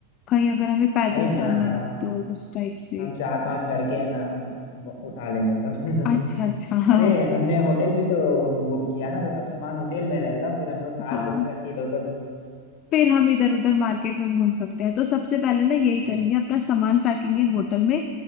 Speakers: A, on the left (about 35°); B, on the left (about 50°).
A: कहीं अगर हमें पैदल
B: अरे
A: चलना
B: ना ना
A: है तो उस टाइप से
B: हम चार पांच लड़के हैं ना हम ब- उठा लेंगे सब <laughs>
A: अच्छा अच्छा <laughs> हाँ
B: अरे हमने होटल भी तो बुक किया ना तो सब सामान होटल में रहेगा फिर हम लोग कार
A: हाँ
B: बुक करके इधर उधर
A: फिर हम इधर उधर मार्केट में घूम सकते हैं तो सबसे पहले ना यही करेंगे
B: हाँ
A: अपना सामान फेंकेंगे होटल में